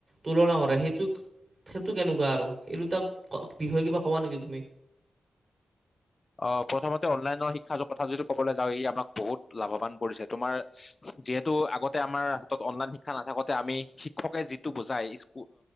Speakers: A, on the right; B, on the left.
A: তুলনা কৰে সেইটো সেইটো কেনেকুৱা আৰু এই দুটাক বিষয়ে কিবা হবা নেকি তুমি
B: অ প্ৰথমতে অনলাইনৰ শিক্ষা কথা যদি কবলৈ যাওঁ ই আমাক বহুত লাভৱান কৰিছে তোমাৰ যিহেতু আগতে আমাৰ হাতত অনলাইন শিক্ষা নাথাকোতে আমি শিক্ষকে যিটো বুজাই স্